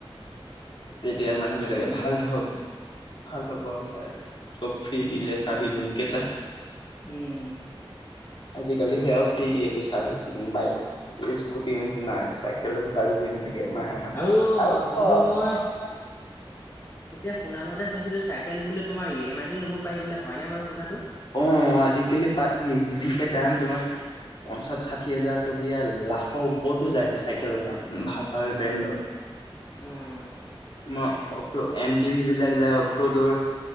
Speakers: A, on the left; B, on the left.
A: তেতিয়া মানুহ বিলাকে ভাল ধ ভাল পাব আৰু চাই। চব ফ্ৰী
B: উম
A: দিলে স্বাভিনি কেইটা।
B: উম।
A: আজিকালি সেয়াও ফ্ৰী দিয়েতো চাৰ্ভিচিং বাইক স্কুটিৰ নিচিনা। কেলেও ছাৰ্ভিচিং থাকে মাহে মাহে
B: আৰু
A: আৰু
B: বন্ধু মই
A: বন্ধ
B: পিছে শুনামতে শুনিছিলো চাইকেল বোলে তোমাৰ ই এম আই ল'ব পাৰি বলে হয় নে বাৰু কথাটো?
A: অ আজিকালি পাতি যিহে দাম তোমাৰ। পঞ্চাশ ষাঠি হাজাৰ টকীয়া, লাখৰ ওপৰতো যায়টো চাইকেলৰ দাম ভাল ভাল ব্ৰেণ্ডত। <inaudible>
B: উম
A: তোমাৰ অফ এম টিভি বিলাক যায় অফৰোডৰ